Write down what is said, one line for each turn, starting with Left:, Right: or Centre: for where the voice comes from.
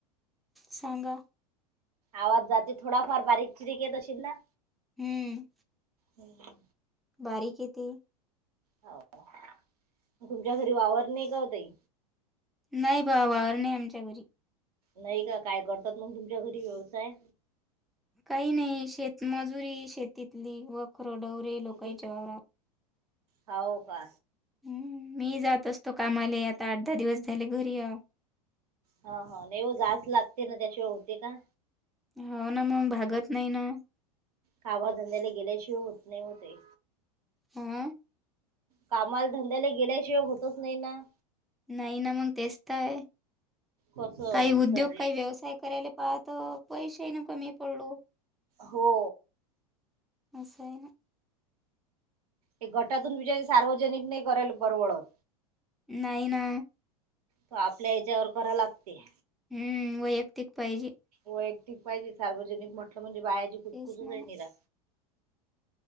Centre: सांगा
Right: आवाज जाते थोडाफार बारीक चिरीक येत असशील ना?
Centre: हम्म.
Right: हम्.
Centre: बारीक येेते.
Right: हो <inaudible> तुमच्या घरी वावर नाही का ओ ताई?
Centre: नाही बा वावर नाही आमच्या घरी.
Right: नाही का. काय करतात मग तुमच्या घरी व्यवसाय?
Centre: काही नाही शेतमजुरी शेतीतली व खर डवरे लोकांच्या
Right: शेतीत
Centre: वावरात.
Right: हो का
Centre: हम् मी जात असतो कामाला आता आठ दहा दिवस झाले घरी हाव
Right: हा हा नाहीव जास् लागते ना त्याशिवाय होते का
Centre: हो ना मग भागत नाही ना,
Right: कामा धंद्याले गेल्याशिवाय होत नाही व ते
Centre: हं
Right: कामाला धंद्याला गेल्याशिवाय होतच नाही ना,
Centre: नाही ना मग तेचतय
Right: कसं
Centre: काही उद्योग
Right: सहले
Centre: काही व्यवसाय करायला पाहत त पैसेे ना कमी पडलो.
Right: हो
Centre: असय ना,
Right: हे गटातून बिचारीे सार्वजनिक नाही करायला परवडत.
Centre: नाहीयना
Right: त आपल्या याच्यावर करा लागते.
Centre: हम्म वैयक्तिक पाहिजे.
Right: वैयक्तिक पाहिजे सार्वजनिक म्हटलं म्हणजे बाहेची कुचकुसच
Centre: तेच ना
Right: आहे
Centre: मग
Right: निरा